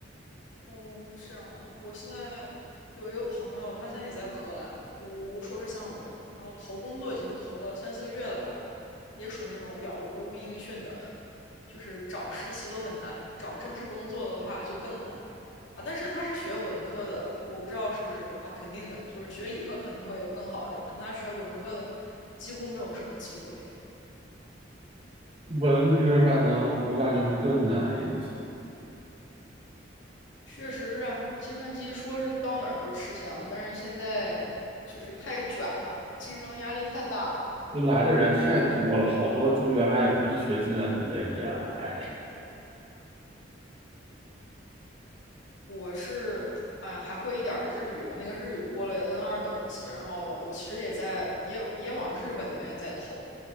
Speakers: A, on the left; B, on the right.
A: 哦，这样啊！我现在有一个朋友，他现在也在荷兰读硕士项目，然后投工作已经投了三四个月了吧，也属于那种杳无音讯的，就是找实习都很难，找正式工作的话就更难啊。但是他是学文科的，我不知道是不是啊，肯定的，就是学理科肯定会更好一点嘛，但他学文科的几乎没有什么机会。
B: 文科反正我感觉会更难一些。
A: 确实啊，计算机说是到哪儿都吃香，但是现在就是太卷了，竞争压力太大了。
B: 就来的人太多了，好多就原来也不是学计算机的也来。
A: 我是，哎呀，还会一点儿日语，我那个日语过了 n 二等级，然后我其实也在也也往日本那边在投，